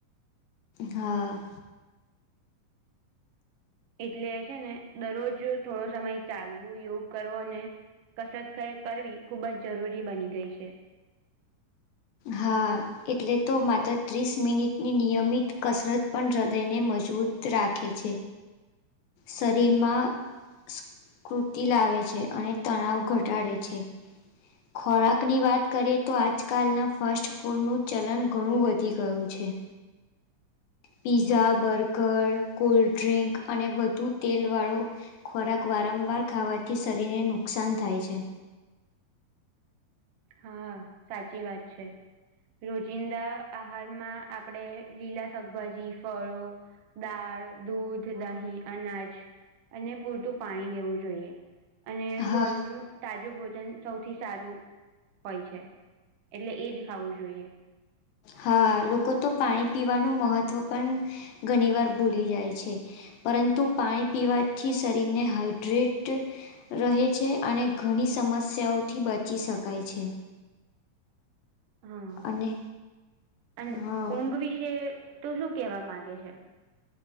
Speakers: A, on the left; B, on the right.
A: હા.
B: એટલે છે ને દરરોજ થોડો સમય ચાલવું, યોગ કરવો ને કસરત કર કરવી ખૂબ જ જરૂરી બની ગઈ છે.
A: હા. એટલે જ તો માત્ર ત્રીસ મિનિટની નિયમિત કસરત પણ, હૃદયને મજબૂત રાખે છે. શરીરમાં સ્ફૂર્તિ લાવે છે, અને તણાવ ઘટાડે છે. ખોરાકની વાત કરીએ તો આજકાલના ફાસ્ટ ફૂડનું ચલન ઘણું વધી ગયું છે. પીઝા, બર્ગર, કોલ્ડડ્રિંક અને વધુ તેલવાળો ખોરાક વારંવાર ખાવાથી શરીરને નુકસાન થાય છે.
B: હા, સાચી વાત છે. રોજિંદા આહારમાં આપણે લીલા શાકભાજી, ફળો દાળ, દૂધ, દહીં, અનાજ અને પૂરતું પાણી લેવું જોઈએ. અને
A: હા
B: ઘરનું તાજું ભોજન સૌથી સારું હોય છે. એટલે એ જ ખાવું જોઈએ.
A: હા. લોકો તો પાણી પીવાનું મહત્ત્વ પણ ઘની વાર ભૂલી જાય છે. પરંતુ પાણી પીવાથી શરીરને હાઈડ્રેટ રહે છે, અને ઘણી સમસ્યાઓથી બચી શકાય છે.
B: હા.
A: અને
B: અને
A: હા
B: ઊંઘ વિશે તું શું કહેવા માંગે છે?